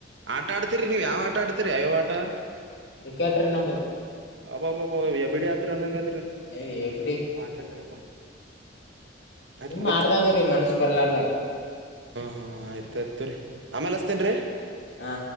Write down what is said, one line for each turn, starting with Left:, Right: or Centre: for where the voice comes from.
Right: ಆಟ ಆಡ್ತರಿ ನೀವ್ ಯಾವ ಆಟ ಆಡ್ತಿ ರಿಯ ವಟಾ
Left: ಕ್ರಿಕೆಟರ್ ನಂಬದು
Right: ಅ ಅ ಎಬಡ ಯಾತ್ರ ಅಂದಂಗ
Left: ಹ
Right: ಪಲ ನ
Left: ಸುಮ್
Right: ಹ್ಮ
Left: ಮಾಡ್ದಂಗ್ರೀ ಮನ್ಸ್ ಬರ್ಲಾರ್ದಾಗ
Right: ಹಾ ಆಯ್ತಾಯಯ್ತುರಿರಿ ಆಮೇಲ್ ಹಸ್ತೇನ್ೀ
Left: ಹಾ